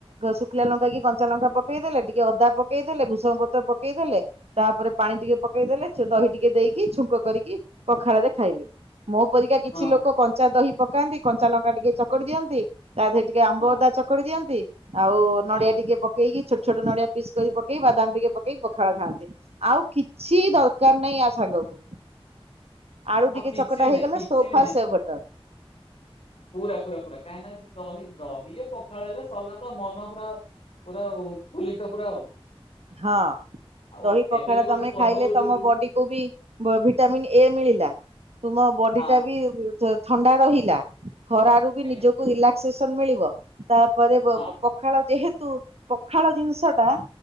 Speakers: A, on the right; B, on the left.
A: ଶୁଖିଲା ଲଙ୍କା କି କଞ୍ଚା ଲଙ୍କା ପକେଇଦେଲେ ଟିକେ ଅଦା ପକେଇଦେଲେ ଭୂସୁଙ୍ଗ ପତ୍ର ପକେଇଦେଲେ ତାପରେ ପାଣି ଟିକେ ପକେଇଦେଲେ ଦହି ଟିକେ ଦେଇକି ଛୁଙ୍କ କରିକି ପଖାଳରେ ଖାଇଲେ। ମୋ ପରିକା କିଛି
B: ହଁ।
A: ଲୋକ କଞ୍ଚା ଦହି ପକାନ୍ତି କଞ୍ଚା ଲଙ୍କା ଟିକେ ଚକଡି ଦିଅନ୍ତି ତା ଦେହରେ ଟିକେ ଟିକେ ଆମ୍ବ
B: ହଁ
A: ଅ ଦା ଚକଳି ଦିଅନ୍ତି ଆଉ ନଡିଆ
B: ହଁ
A: ଟିକେ ପକେଇକି ଛୋଟ ଛୋଟ ନଡିଆ ପିସ୍ କରି ପକେଇ ବାଦାମ ଟିକେ ପକେଇକ ପଖାଳ ଖାଆନ୍ତି। ଆଉ କିଛି ଦରକାର ନାହିଁ ୟା ସାଙ୍ଗକୁ। ଆଳୁ ଟିକେ
B: ଆଉ କିଛି
A: ଚକଟା
B: ବି ନାହିଁ
A: ହେଇଗଲା
B: କିଛି
A: ସୋଫା
B: ବି ନାହିଁ
A: ସେ ବଟର।
B: ପୁରା ପୁରା ପୁରା କାଇ ନା ଦହି ଦହି ଏ ପଖାଳ ହେଲେ ସରିଲା ତ ମନ ପୁରା ପୁରା ଉତଫୁଲିତ ପୁରା ଆଉ
A: ହଁ
B: ଆଉ
A: ଦହି ପଖାଳ
B: ଏବେ ବି ଗୋଟେ
A: ତମେ
B: ପର୍ବ
A: ଖାଇଲେ
B: ଗୋଟେ
A: ତମ
B: ବି
A: ବଡ଼ି ତୁମକୁ ବି ବ ଭିଟାମିିନ୍ ଏ ମିଳିଲା ତୁମ ବଡି
B: ହଁ
A: ଟା ବି ଥଣ୍ଡା ରହିଲା ଖରାରୁ ବି
B: ଆଜ୍ଞା
A: ନିଜକୁ ରିଲାକ୍ସେସନ ମିଳିବ ତାପରେ ବ
B: ହଁ
A: ବ ପଖାଳ ଯେହେତୁ ପଖାଳ ଜିନିଷ ଟା